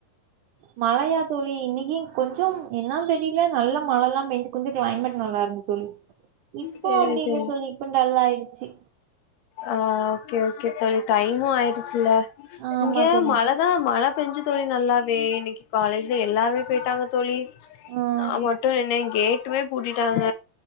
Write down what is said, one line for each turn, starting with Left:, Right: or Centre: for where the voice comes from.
Right: மழையா தோழி இன்னக்கி கொஞ்சோம் என்னான்னு தெரியில நல்ல மழல்லா பெஞ்சு கொஞ்சோ கிளைமேட் நல்லா இருந்துச் ழி இப்போ
Left: சேரி
Right: அப்பிடி
Left: சேரி
Right: இல்ல தோழி இப்ப டல்லா ஆயிடுச்சு
Left: ஆ ஓகே ஓகே தோழி டைமும் ஆயிருச்சுல்ல
Right: ஆமா
Left: இங்கேயு
Right: தோழி
Left: மழ ன்னா மழ பெஞ்சு தோழி நல்லாவே இன்னக்கி காலேஜ்ல எல்லாருமே போயிட்டாங்க தோழி
Right: ஆஹ்
Left: நா மட்டும் நின்னே கேட்டுமே பூட்டிட்டாங்க